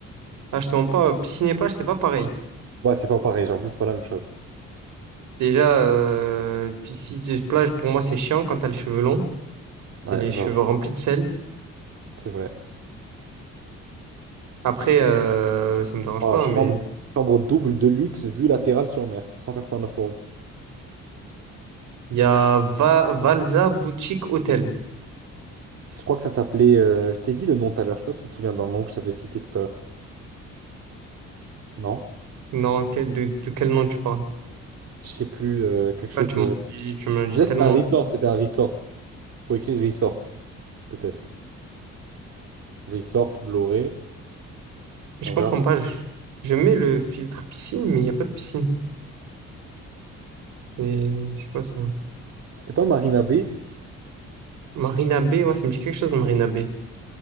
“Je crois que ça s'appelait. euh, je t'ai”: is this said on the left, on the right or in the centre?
Right